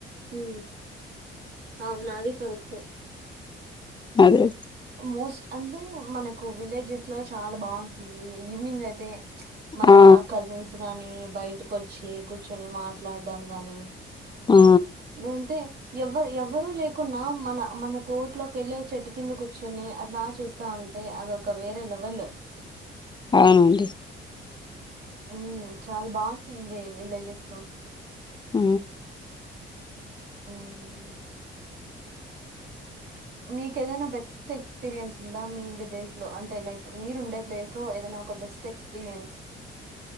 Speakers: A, on the right (about 55°); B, on the left (about 20°).
A: ఊ అవునది కరక్టె
B: అదే
A: మోస్ట్ అంటే మనకు విలేజెస్ లో చాలా బాగుంటుంది ఈవినింగ్ అయితే మన
B: ఆ
A: కజిన్స్ గానీ బయటకుచ్చి కూర్చుని మాట్లాడడాం గాని
B: ఆ
A: నేంటి ఎవరు ఎవరుూ లేకున్నా మన మన తోటలోకి వెళ్ళి చెట్టు కింద కూర్చొని అట్లా చూస్తా ఉండి టె అదొ ఒక వేరలేవెల్
B: అవునండి
A: ఉ చాలా బాగుంటుంది విలజస్ లో
B: ఊ
A: అవును మీకు ఏదైనా బెస్ట్ ఎక్స్పీరియన్స్ ఉందా మీ విలేజ్ లో అంటే లైక్ మీరు ఉండే ప్లేస్ లో ఏదైనా ఒక బెస్ట్ ఎక్స్పీరియన్స్